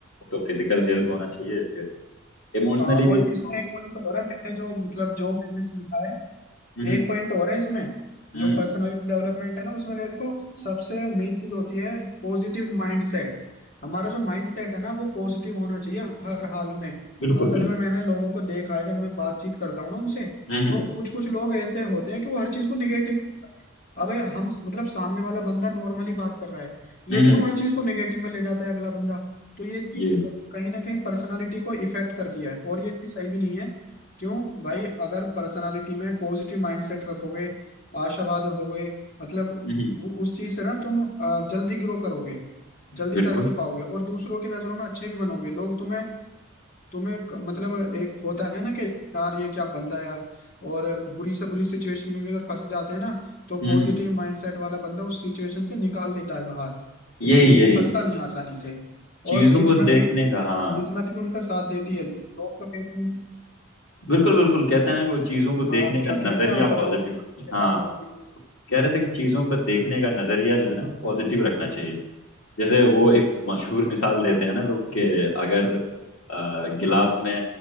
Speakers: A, on the left; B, on the left.
A: तो फिजिकल हेल्थ होना चाहिए फिर इमोशनली
B: हाँ
A: भी
B: और
A: इसको
B: इसमें एक पॉइंट और है मैंने जो मतलब जो मैंने सीखा है
A: हम्म
B: एक पॉइंट और है इसमें
A: हम्म
B: जो पर्सनालिटी डेवलपमेंट है ना उसमें देखो सबसे मेन चीज होती है पॉजिटिव माइंड सेट हमारा जो माइंड सेट है ना वो पॉजिटिव होना चाहिए हर हाल में
A: बिल्कुल
B: असल
A: बिल्कुल
B: में मैंने लोगों को देखा है जब मैं बातचीत करता हूँ ना उनसे
A: हम्म हम्म
B: तो कुछ कुछ लोग ऐसे होते हैं कि वो हर चीज को निगेटिव अबे हम मतलब सामने वाला बंदा नॉर्मली बात कर रहा है लेकिन
A: हम्म, हम्म,
B: वो हर चीज को नेगेटिव में ले जाता है अगला बंदा तो ये चीज
A: ये
B: कहीं ना कहीं पर्सनालिटी को इफेक्ट करती है और ये चीज सही भी नहीं है क्यों भाई अगर पर्सनालिटी में पॉजिटिव माइंडसेट रखोगे आशावाद होगे मतलब
A: हम्म हम्म,
B: वो- उस चीज से ना तुम अ, जल्दी ग्रो करोगे जल्दी
A: बिल्कुल
B: तरक्की पाओगे और दूसरों की नजरों में अच्छे भी बनोगे लोग तुम्हें तुम्हें क- मतलब एक होता है ना कि यार ये क्या बंदा है यार और बुरी से बुरी सिचुएशन में भी अगर फंस जाते हैं ना तो
A: हम्म
B: पॉजिटिव
A: हम्म, हम्म,
B: माइंडसेट वाला बंदा उस सिचुएशन से निकाल लेता है बाहर
A: यही
B: हाँ तो
A: यही
B: वो फंसता नहीं आसानी से
A: चीजों
B: और किस्मत
A: को देखने
B: भी
A: का हाँ
B: किस्मत भी उनका साथ देती है लोग तो कहते हैं
A: बिल्कुल बिल्कुल कहते हैं ना कि वो चीजों को देखने
B: हाँ
A: का
B: क्या
A: नजरिया
B: कह रहे थे आप बताओ
A: पॉजिटिव
B: इसके
A: हाँ
B: अलावा और भी कुछ
A: कह रहे थे कि चीजों को देखने का नजरिया जो है ना वो पॉजिटिव रखना चाहिए जैसे वो एक मशहूर मिसाल देते हैं ना लोग के अगर अ, गिलास में